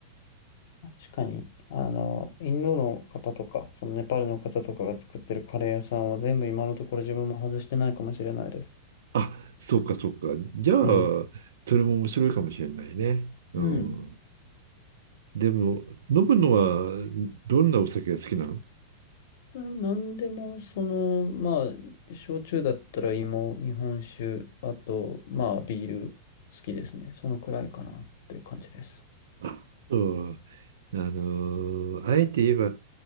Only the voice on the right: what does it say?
あ、そうかそうか。じゃあ、
それも面白いかもしれないね。うん。
でも、飲むのはどんなお酒が好きなの
あそう。あのーあえて言えば、